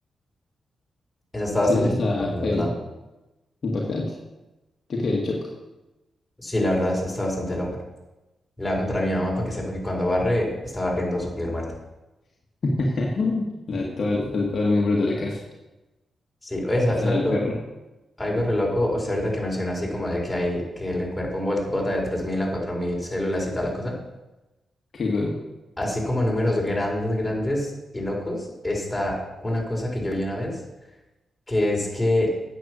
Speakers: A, on the left; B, on the left.
A: Esa está bastante
B: sí, eso está
A: interesante, la
B: heavy,
A: verdad.
B: impactante. Yo quedé choco.
A: Sí, la verdad está bastante loca. Le voy a contar a mi mamá para que sepa que cuando barre, está barriendo su piel muerta.
B: <laughs> La de todo- la de todos los miembros de la casa,
A: Sí, oye, ¿sabes
B: hasta
A: algo,
B: la del perro.
A: algo re loco? O sea, ahorita que menciona así como de que hay que el cuerpo vol- bota de 3.000 a 4.000 células y tal la cosa.
B: Qué go-
A: Así como números grandes, grandes y locos, está una cosa que yo vi una vez, que es que,